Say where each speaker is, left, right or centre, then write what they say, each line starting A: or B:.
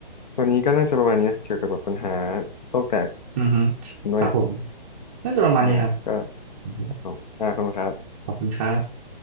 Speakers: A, on the left; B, on the right.
A: วันนี้ก็น่าจะประมาณนี้นะเกี่ยวกับแบบปัญหาโลกแตก
B: อือฮึ
A: ด้วย
B: ครับผมน่าจะประมาณนี้ครับ
A: นะก็
B: อือฮึ
A: รบอ่าขอบคุณครับ
B: ขอบคุณครับ